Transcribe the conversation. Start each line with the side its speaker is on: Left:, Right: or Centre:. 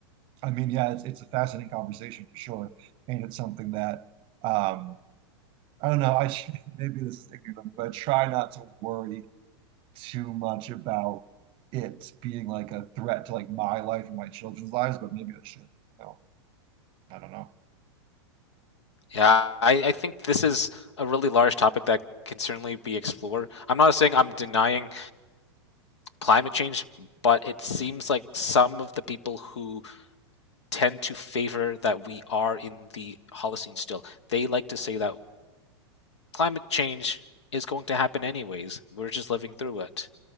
Right: I mean, yeah, it's it's a fascinating conversation for sure, and it's something that um, I don't know. I <laughs> maybe this is ignorant of me, but I try not to worry too much about it being like a threat to like my life or my children's lives, but maybe I should, you know, I don't know.
Left: Yeah, I, I think this is a really large topic that can certainly be explored. I'm not saying I'm denying climate change, but it seems like some of the people who tend to favor that we are in the Holocene still, they like to say that climate change is going to happen anyways. We're just living through it.